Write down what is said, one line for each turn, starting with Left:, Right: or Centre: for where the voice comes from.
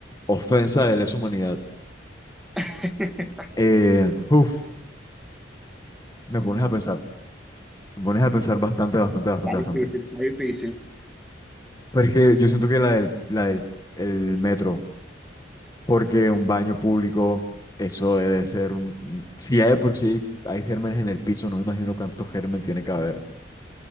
Left: Ofensa de lesa humanidad.
Centre: <laughs>
Left: Eh, uf, me pones a pensar. Me pones a pensar bastante, bastante, bastante,
Centre: Está difícil,
Left: bastante.
Centre: está difícil.
Left: Pero es que yo siento que la del, la del el metro, porque un baño público, eso debe ser un... Si ya de por sí hay gérmenes en el piso, no me imagino cuántos gérmenes tiene que haber